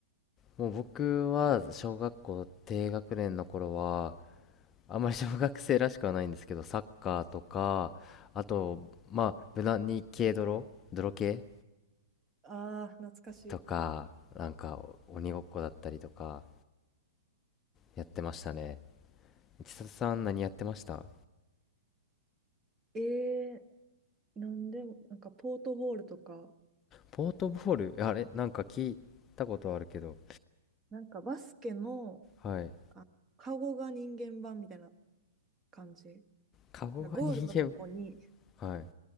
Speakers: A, on the left (about 25°); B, on the right (about 20°).
A: もう僕は小学校低学年の頃は、あんまり <laughs> 小学生らしくはないんですけど、サッカーとか、あと、まあ、無難に軽泥、泥系
B: ああー、懐かし
A: とか、なんか、鬼ごっこだったりとか、やってましたね。千里さん、何やってました
B: いえー、なんでも、なんかポートボールとか、
A: ポートボール、あれなんか聞いたことあるけど、
B: なんかバスケの、
A: はい。
B: あ、カゴが人間版みたいな感じ。
A: カゴが人間、
B: なんかゴールのとこに、
A: はい。